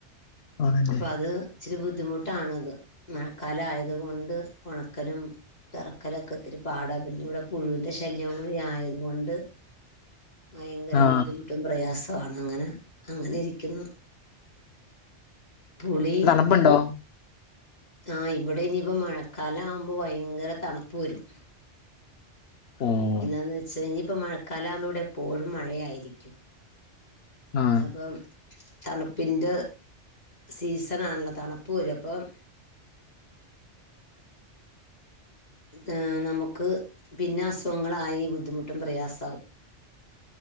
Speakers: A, on the left; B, on the left.
A: ആണല്ലേ
B: അപ്പൊ അത് ഇച്ചിരി ബുദ്ധിമുട്ടാണത് മഴക്കാലയ അതുകൊണ്ട് ഒണക്കലും പെറക്കലൊക്കെ ഇത്തിരി പാടാ പിന്നെ ഇവിടെ പുഴുവിന്റെ ശല്യംകുടി ആയതുകൊണ്ട് ഭയങ്കര
A: ആ
B: ബുദ്ധിമുട്ടും പ്രയാസൊ ആണ് അങ്ങനെ അങ്ങന ഇരിക്കുന്നു പുളി
A: ഉപ്പുണ്ടോ
B: ആഹ് ഇവിടെ ഇനിയിപ്പോ മഴക്കാലം ആവുമ്പോ ഭയങ്കര തണുപ്പ് വരും
A: ആഹ്
B: എന്താന്ന് വെച്ചാൽ ഇനിയിപ്പോ മഴക്കാലമ്പോ ഇവിടെ എപ്പോഴും മഴയായിരിക്കും
A: ആഹ്
B: അപ്പം തണുപ്പിന്റെ സീസൺ ആണല്ലോ തണുപ്പ് വരും അപ്പം ഏഹ് നമുക്ക് പിന്നെ അസുഖങ്ങളായി ബുദ്ധിമുട്ടും പ്രയാസവും